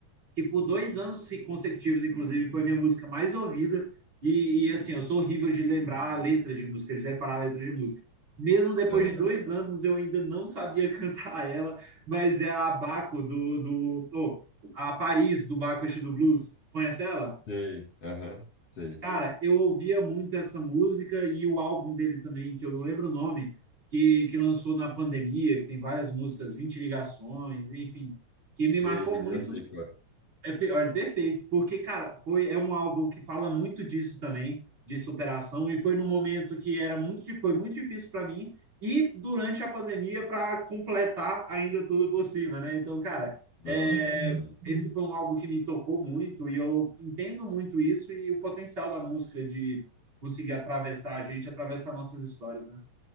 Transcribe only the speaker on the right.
que por dois anos consecutivos, inclusive, foi minha música mais ouvida. E, e, assim, eu sou horrível de lembrar letras de música, de decorar letras de música. Mesmo depois
de dois anos, eu ainda não sabia <laughs> cantar ela, mas é a Baco do. do oh, a Paris do Baco do Blues. Conhece ela?
Cara, eu ouvia muito essa música e o álbum dele também, que eu não lembro o nome, que, que lançou na pandemia, que tem várias músicas, 20 ligações, enfim,
que me marcou muito
é, pe- olha, perfeito, porque, cara, foi, é um álbum que fala muito disso também, de superação, e foi num momento que era muito, di- foi muito difícil para mim, e durante a pandemia, para completar ainda tudo por cima, né? Então, cara,
é,
esse foi um álbum que me tocou muito, e eu entendo muito isso e o potencial da música de conseguir atravessar a gente, atravessar nossas histórias, né?